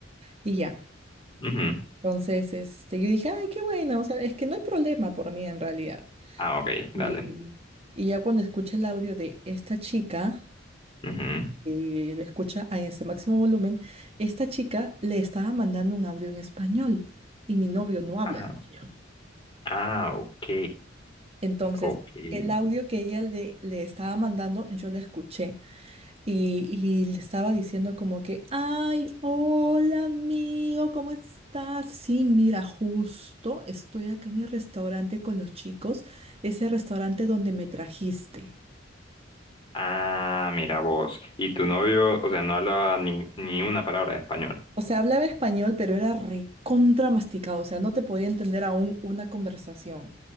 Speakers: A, on the right; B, on the left.
A: y ya.
B: Ujú.
A: Entonces, este, yo dije, ay, qué bueno, o sea, es que no hay problema por mí en realidad.
B: Ah, ok,
A: Y,
B: dale.
A: y ya cuando escucha el audio de esta chica,
B: Ujú.
A: eh, lo escucha a ese máximo volumen, esta chica le estaba mandando un audio en español y mi novio no habla
B: Ah,
A: español.
B: ah, ok,
A: Entonces,
B: ok.
A: el audio que ella le, le estaba mandando, yo lo escuché y, y le estaba diciendo como que, ay, hola amigo, ¿cómo estás? Sí, mira, justo estoy acá en el restaurante con los chicos, ese restaurante donde me trajiste.
B: Ah, mira vos. Y tu novio, o sea, no hablaba ni, ni una palabra de español.
A: O sea, hablaba español, pero era recontra masticado, o sea, no te podía entender aún una conversación.